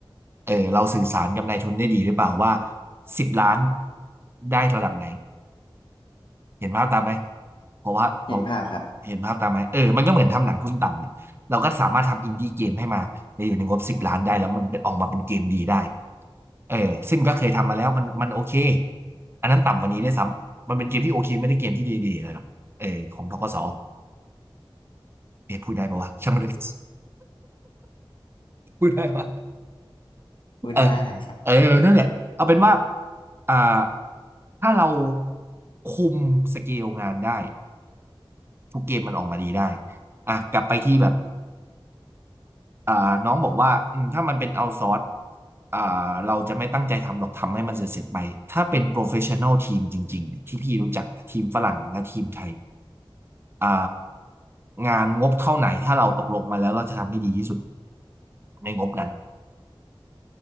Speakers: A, on the right (about 25°); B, on the left (about 65°).
A: เออเราสื่อสารกับนายทุนได้ดีหรือเปล่าว่าสิบล้านได้ระดับไหนเห็นภาพตามไหมเพราะว่าเขา
B: เห็นภาพครับ
A: เห็นภาพตามไหมเออมันก็เหมือนทำหนังทุนต่ำเนี่ยเราก็สามารถทำอินดี้เกมให้มาในอยู่ในงบสิบล้านได้แล้วมันออกมาเป็นเกมดีได้ เออซึ่งก็เคยทำมาแล้วมันมันโอเคอันนั้นต่ำกว่านี้ได้วยซ้ำมันเป็นเกมที่โอเคไม่ได้เกมที่ดีๆเลยหรอกเออของธกสเอ๊ะพูดได้ปะวะช่างมันเลยพูดได้ปะ
B: พูดได้ครับ
A: เออเออนั่นแหละเอาเป็นว่าอ่าถ้าเราคุมสเกลงานได้ทุกเกมมันออกมาดีได้อ่ะกลับไปที่แบบ อ่าน้องบอกว่าอืมถ้ามันเป็นเอาซอร์สอ่าเราจะไม่ตั้งใจทำหรอกทำให้มันเสร็จๆไปถ้าเป็นโปรเฟชชั่น a ลทีมจริงๆที่พี่รู้จักนะทีมฝรั่งและทีมไทยอ่างานงบเท่าไหนถ้าเราตกลงมาแล้วเราจะทำให้ดีที่สุดในงบนั้น